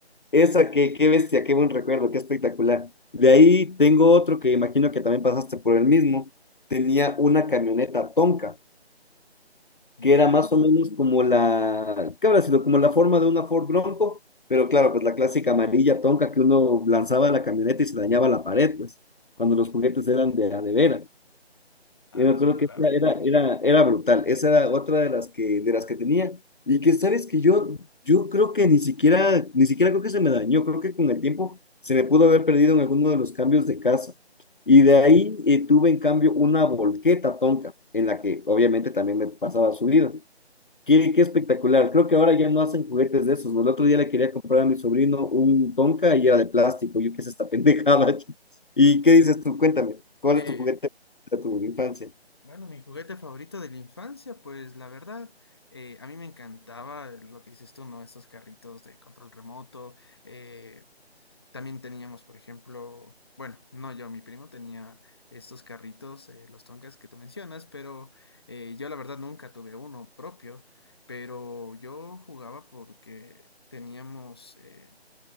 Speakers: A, on the left; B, on the left.
A: Esa, qué, qué bestia, qué buen recuerdo, qué espectacular. De ahí tengo otro que imagino que también pasaste por el mismo. Tenía una camioneta Tonka
B: ya.
A: que era más o menos como la, ¿qué habrá sido? Como la forma de una Ford Bronco, pero claro, pues la clásica amarilla tonca que uno lanzaba a la camioneta y se dañaba la pared, pues, cuando los juguetes eran de, a de veras.
B: Ah,
A: Y me
B: los
A: acuerdo
B: que adoraban.
A: que esa era, era, era brutal, esa era otra de las que, de las que tenía. Y que sabes que yo, yo creo que ni siquiera, ni siquiera creo que se me dañó, creo que con el tiempo se me pudo haber perdido en alguno de los cambios de casa. Y de ahí eh, tuve en cambio una volqueta tonca, en la que obviamente también me pasaba subida. Qué, qué espectacular. Creo que ahora ya no hacen juguetes de esos. ¿no? El otro día le quería comprar a mi sobrino un Tonka y era de plástico. Yo qué es esta pendejada. <laughs> ¿Y qué dices tú? Cuéntame, ¿cuál
B: Eh,
A: es tu juguete de tu infancia?
B: bueno, mi juguete favorito de la infancia, pues la verdad, eh, a mí me encantaba lo que dices tú, ¿no? Esos carritos de control remoto. eh, También teníamos, por ejemplo, bueno, no yo, mi primo tenía estos carritos, eh, los Tonkas que tú mencionas, pero eh, yo la verdad nunca tuve uno propio, pero yo jugaba porque teníamos, eh,